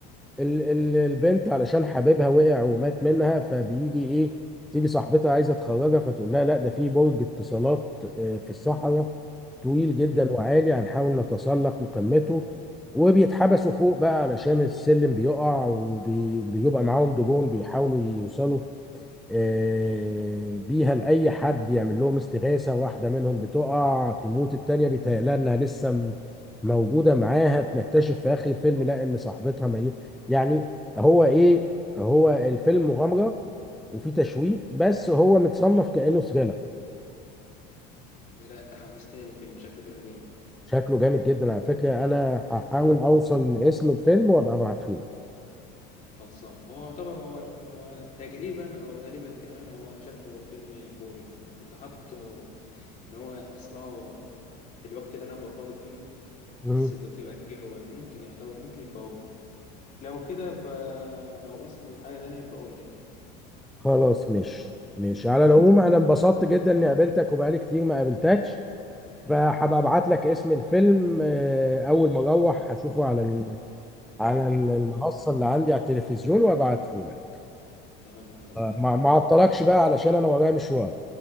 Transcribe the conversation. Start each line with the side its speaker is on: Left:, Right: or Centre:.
Centre: ال ال البنت علشان حبيبها وقع ومات منها فبيجي ايه تيجي صاحبتها عايزه تخرجها فتقول لها لا ده في برج اتصالات آه، في الصحراء طويل جدا
Left: امم
Centre: وعالي هنحاول نتسلق لقمته وبيتحبسوا فوق بقى علشان السلم بيقع وبيبقى معاهم دجون بيحاولوا يوصلوا آه، بيها لأي حد يعمل لهم استغاثة واحدة منهم بتقع تموت التانية بيتهيألها إنها لسه م- موجودة معاها بنكتشف في آخر الفيلم لا إن صاحبتها ميت يعني هو إيه هو الفيلم مغامرة وفي تشويق بس هو متصنف كأنه ثريلر
Left: لا انت حمستني للفيلم شكله فيلم جامد
Centre: شكله جامد جدا على فكرة أنا هحاول أوصل لاسم الفيلم وأبقى أبعته لك
Left: خلصان هو يعتبر هو هو تقريبا او غالبا كمان هو شكله فيلم فول انا كنت حاطه ان هو هسمعه في الوقت اللي انا ابقى فاضي فيه
Centre: مم.
Left: بس كنت باجله بقى. ممكن يعتبر ممكن يبقى هو لو كده ب... لو اسمه حاجه تانية يبقى قول لي ماشي
Centre: خلاص مش مش على
Left: ماشي
Centre: العموم أنا انبسطت جدا إني قابلتك وبقالي كتير ما قابلتكش فهبقى ابعت لك اسم الفيلم آه، اول ما اروح هشوفه على ال- على ال-
Left: تمام
Centre: المنصه اللي عندي على التلفزيون وابعته لك
Left: تمام منتظرك
Centre: ما
Left: حبيبي
Centre: ما اعطلكش بقى علشان انا ورايا مشوار